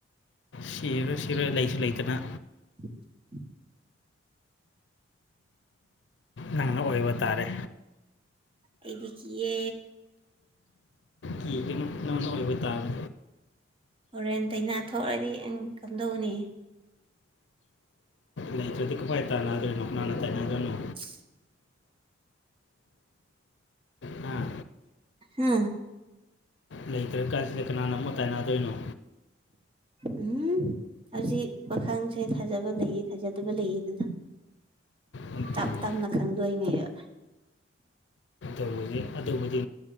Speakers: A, on the left; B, on the right.
A: ꯁꯤꯔꯣꯏ ꯁꯤꯔꯣꯏ ꯂꯩꯁꯨ ꯂꯩꯇꯅ
B: <inaudible>
A: ꯅꯪꯅ ꯑꯣꯏꯕ ꯇꯥꯔꯦ
B: ꯑꯩꯗꯤ ꯀꯤꯌꯦ
A: ꯀꯤꯒꯅꯨ ꯅꯪꯅ ꯑꯣꯏꯕ ꯇꯥꯔꯦ
B: ꯍꯣꯔꯦꯟ ꯇꯩꯅꯥ ꯊꯣꯛꯑꯗꯤ ꯎꯝ ꯀꯝꯗꯧꯅꯤ
A: ꯂꯩꯇ꯭ꯔꯗꯤ ꯀꯃꯥꯏ ꯇꯥꯅꯗꯣꯏꯅꯣ ꯀꯅꯥ ꯇꯥꯏꯅꯥꯗꯣꯏꯅꯣ
B: <inaudible>
A: ꯍꯥ
B: ꯍꯥ
A: ꯂꯩꯇ꯭ꯔꯀꯥꯟꯁꯤꯗ ꯀꯅꯥꯅ ꯑꯃꯨꯛ ꯇꯥꯏꯅꯗꯣꯏꯅꯣ
B: ꯑꯝ ꯍꯧꯖꯤꯛ ꯄꯥꯈꯪꯁꯦ ꯐꯖꯕ ꯂꯩꯌꯦ ꯐꯖꯗꯕ ꯂꯩꯌꯦꯗꯅ
A: ꯑꯗꯨꯅꯤ
B: ꯇꯞ ꯇꯞꯅ ꯈꯪꯗꯣꯏꯅꯦꯕ
A: ꯇꯧꯕꯒꯤ ꯑꯗꯨꯕꯨꯗꯤ